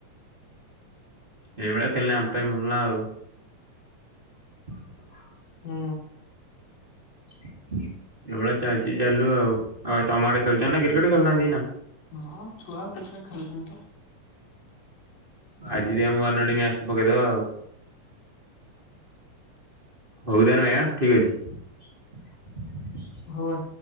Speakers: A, on the right; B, on the left.
A: ଏଇଭଳିଆ ଖେଳିଲେ ଆମ ପାଇଁ ଭଲ ନା ଆଉ। <inaudible>
B: ହୁଁ।
A: ଏଭଲିଆ ଚାଲିଚି ଚାଲୁ ଆଉ ଆ ତମଆଡେ ଖେଲୁଚନା କ୍ରିକେଟ ଖେଳନାହାନ୍ତି ଆଇନା?
B: ହଁ ଛୁଆ କେତେଟା ଖେଳୁଛନ୍ତିତ।
A: ଆଜି <unintelligible> ଗନେ ମୁଁ ଗୋଟେ ମ୍ୟାଚଟେ ପକେଇଦବା ଆଉ। ହଉ ତାନେ ଭାଇ ଆଁ ଠିକ୍ଅଛି।
B: ହୋଉ।